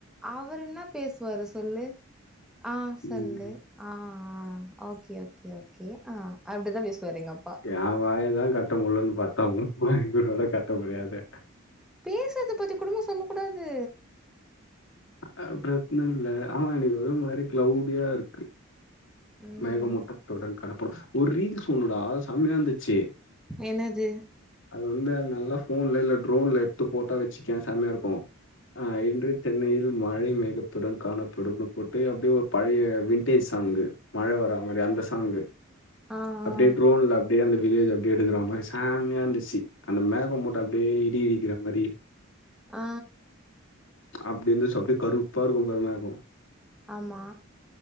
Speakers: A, in the centre; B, on the left.
A: அவரு என்னா பேசுவாரு சொல்லு ஆ சொல்லு
B: ம்
A: ஆ ஆ ஓகே ஓகே ஓகே ஆ அப்படிதா பேசுவாரு எங்க அப்பா
B: எ வாயதா கட்ட முடிலன்னு பாத்தா உன் வாய கூடவாடா கட்ட முடியாது
A: பேசுறத பத்தி கூடவா சொல்ல கூடாது
B: அ பிரச்சன இல்ல ஆமா இன்னக்கி ஏதோ மாரி கிளவ்டியா இருக்கு
A: ம்
B: மேகமூட்டத்துடன் காணப்படும் ஒரு ரீல்ஸ் ஒன்னுடா செமையாந்துச்சி
A: என்னது
B: அது வந்து நல்லா ஃபோன்ல இல்ல ட்ரோன்ல எடுத்துப் போட்டா வச்சுக்கயே செமையா இருக்கு ஆ இன்று சென்னையில் மழை மேகத்துடன் காணப்படுனு போட்டு அப்டியே ஒரு பழைய வின்டேஜ் சாங் மழ வரா மாரி அந்த சாங்கு
A: ஆ ஆ
B: அப்டியே ட்ரோன்ல அப்டியே அந்த வில்லேஜ்ஜ அப்டியேடுக்கிற மாரி செமயா இருந்துச்சி அந்த மேக மூட்ட அப்டியே இடி இடிக்கிற மாரி
A: ஆ
B: அப்டி இருந்துச்சு அப்டியே கருப்பா இருக்கு பாரு மேக
A: ஆமா